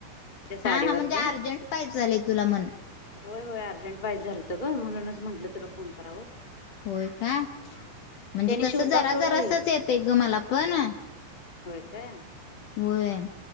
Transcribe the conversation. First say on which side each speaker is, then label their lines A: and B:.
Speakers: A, on the left; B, on the left.
A: त्या साडीवरच
B: हा हा म्हणजे अर्जंट, पाहिजलय तुला म्हण,
A: होय होय अर्जंट पाहिजे, झालत ग म्हणूनच म्हंटलं तुला फोन करावं.
B: होय का, म्हणजे
A: त्यांनी
B: तस
A: शिवतात
B: जरा
A: सोड
B: जरासच
A: बाई
B: येतय ग मला पण,
A: होय, काय.
B: होय